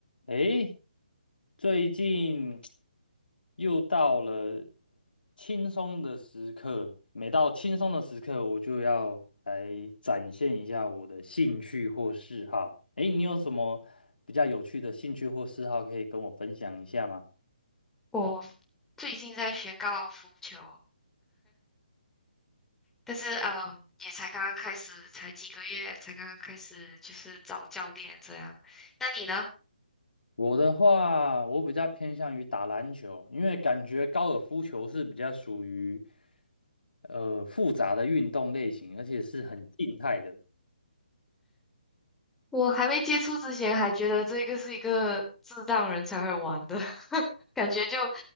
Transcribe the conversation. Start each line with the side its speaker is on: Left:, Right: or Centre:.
Left: 诶，最近又到了轻松的时刻，每到轻松的时刻，我就要来展现一下我的兴趣或嗜好。诶，你有什么比较有趣的兴趣或嗜好可以跟我分享一下吗？
Centre: 我最近在学高尔夫球，但是嗯，也才刚刚开始，才几个月，才刚刚开始就是找教练这样。那你呢？
Left: 我的话，我比较偏向于打篮球，因为感觉高尔夫球是比较属于呃复杂的运动类型，而且是很静态的。
Centre: 我还没接触之前，还觉得这个是一个智障人才会玩的，<laughs> 感觉就